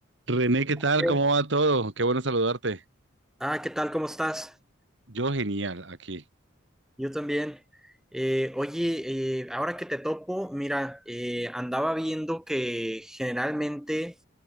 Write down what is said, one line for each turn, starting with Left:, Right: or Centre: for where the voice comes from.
Right: René, ¿qué tal?
Centre: Bien.
Right: ¿Cómo va todo? Qué bueno saludarte.
Centre: Ah, ¿qué tal? ¿Cómo estás?
Right: Yo genial aquí.
Centre: Yo también. Eh, oye, eh, ahora que te topo, mira, eh, andaba viendo que generalmente